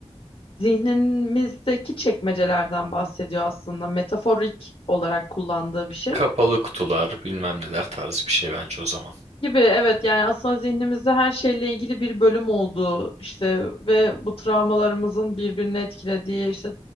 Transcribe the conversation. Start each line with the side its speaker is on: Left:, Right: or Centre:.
Left: zihnimizdeki çekmecelerden bahsediyor aslında. Metaforik olarak kullandığı bir şey.
Right: Kapalı kutular, bilmem neler tarzı bir şey bence o zaman.
Left: Gibi evet yani aslında zihnimizde her şeyle ilgili bir bölüm olduğu işte ve bu travmalarımızın birbirini etkilediği işte